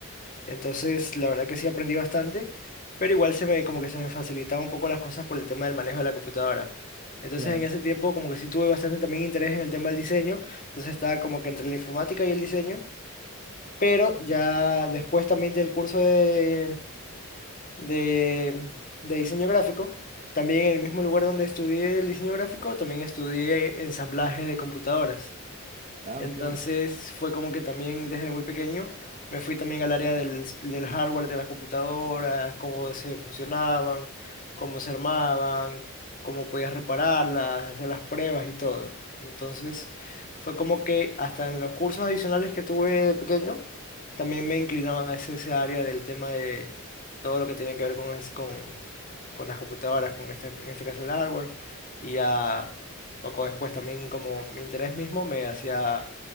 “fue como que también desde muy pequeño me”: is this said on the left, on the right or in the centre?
Left